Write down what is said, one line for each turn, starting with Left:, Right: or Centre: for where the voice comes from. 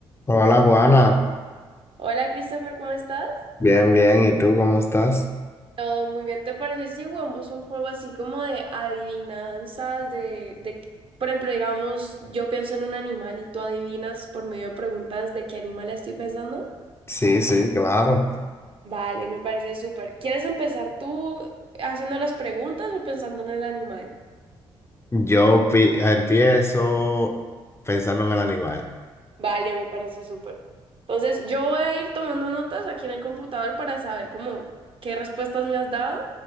Left: Hola Juana,
Right: Hola Christopher, ¿cómo estás?
Left: bien, bien, ¿y tú cómo estás?
Right: Todo muy bien. ¿Te parece si jugamos un juego así como de adivinanzas, de, de, por ejemplo, digamos, yo pienso en un animal y tú adivinas por medio de preguntas de qué animal estoy pensando?
Left: Sí, sí, claro.
Right: Vale, me parece súper. ¿Quieres empezar tú haciendo las preguntas o pensando en el animal?
Left: Yo pi- empiezo pensando en el animal.
Right: Vale, me parece súper. Entonces, yo voy a ir tomando notas aquí en el computador para saber cómo qué respuestas me has dado